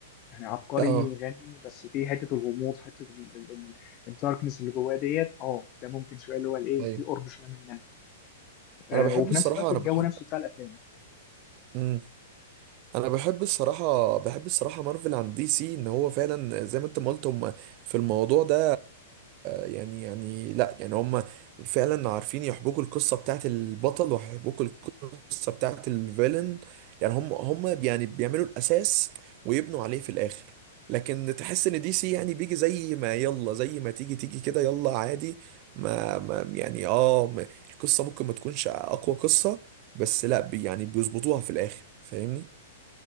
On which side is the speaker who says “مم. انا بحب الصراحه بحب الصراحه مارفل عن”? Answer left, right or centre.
Right